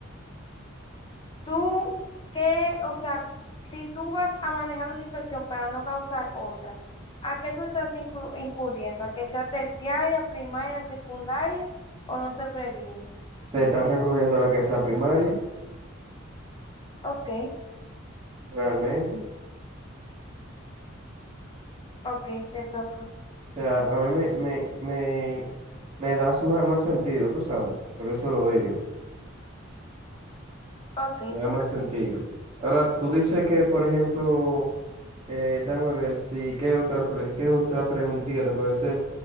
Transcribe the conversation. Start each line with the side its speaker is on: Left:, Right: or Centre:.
Left: Tú, ¿qué? O sea, si tú vas a manejar una infección para no causar otra, ¿a qué tú estás inclu- incurriendo? ¿A que sea terciaria, primaria, secundaria o no se previene?
Right: Se está recurriendo a la casa primaria,
Left: Ok,
Right: realmente. O
Left: ok, le toca.
Right: sea, a mí me, me, me, me das más, más sentido, tú sabes. Por eso lo digo.
Left: Ok,
Right: Me da
Left: ok.
Right: más sentido. Ahora, tú dices que, por ejemplo, eh, dame ver si, ¿qué otra, pre- qué otra preguntita te puedo hacer? O